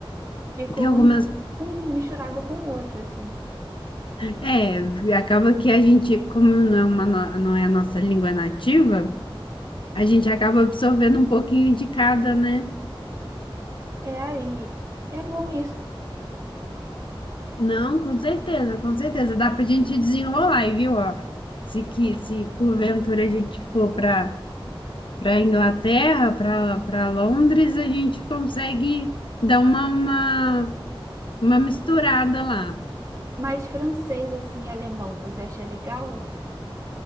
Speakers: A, on the right; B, on the left.
A: Ficou
B: <clears throat> tem algumas.
A: um inglês um misturado com o outro, assim.
B: É, acaba que a gente, como não é, uma, no- não é a nossa língua nativa. A gente acaba absorvendo um pouquinho de cada, né?
A: É aí. É bom isso.
B: Não, com certeza, com certeza. Dá pra gente desenrolar, e viu? Ó, se, que, se porventura a gente for para para Inglaterra, para para Londres, a gente consegue dar uma, uma, uma misturada lá.
A: Mas francês, assim, e alemão, você acha legal?